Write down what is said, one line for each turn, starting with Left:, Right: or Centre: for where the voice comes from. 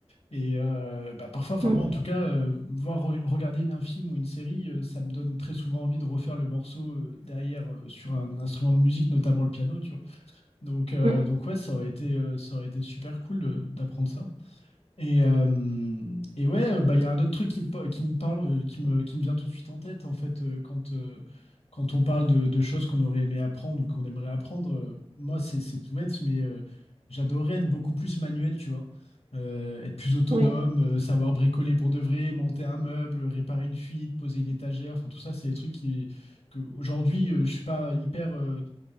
Left: Et euh, bah, parfois, enfin
Right: Mm,
Left: moi en tout cas, euh, voir re- regarder une- un film ou une série, euh, ça me donne très souvent envie de refaire le morceau euh, derrière euh, sur un instrument de musique, notamment le piano, tu vois. Donc, euh,
Right: mm,
Left: donc ouais, ça aurait été, euh, ça aurait été super cool euh, d'apprendre ça. Et, euh, et ouais, euh, bah, il y a un autre truc qui, me pa- qui me parle, euh, qui me, qui me vient tout de suite en tête, en fait, euh, quand, euh, quand on parle de, de choses qu'on aurait aimé apprendre ou qu'on aimerait apprendre. euh, moi, c'est, c'est tout bête, mais euh, j'adorais être beaucoup plus manuel, tu vois. Euh, être plus autonome,
Right: oui.
Left: euh, savoir bricoler pour de vrai, monter un meuble, réparer une fuite, poser une étagère. Enfin, tout ça, c'est des trucs qui, que aujourd'hui, euh, je suis pas hyper. euh,